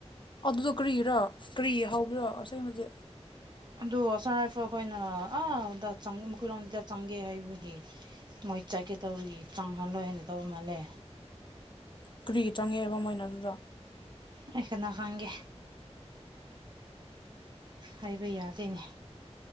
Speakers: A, on the left; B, on the right.
A: ꯑꯗꯨꯗꯣ ꯀꯔꯤꯔꯣ ꯀꯔꯤ ꯍꯧꯕꯤꯔꯣ ꯑꯁꯦꯡꯕꯖꯤꯛ
B: ꯑꯗꯣ ꯑꯁꯥꯝ ꯔꯥꯏꯐꯜ ꯑꯩꯈꯣꯏꯅ ꯑꯥꯗ ꯃꯈꯣꯏꯔꯣꯗꯨꯗ ꯆꯪꯒꯦ ꯍꯥꯏꯕꯒꯤ ꯃꯣꯏ ꯆꯠꯀꯦ ꯇꯧꯕꯒꯤ ꯆꯪꯍꯜꯂꯣꯏ ꯍꯥꯏꯅ ꯇꯧꯕ ꯃꯥꯜꯂꯦ
A: ꯀꯔꯤ ꯆꯪꯉꯦꯕ ꯃꯣꯏꯅ ꯑꯗꯨꯗ
B: ꯑꯦ ꯀꯅꯥ ꯈꯪꯒꯦ ꯍꯥꯏꯕ ꯌꯥꯗꯦꯅꯦ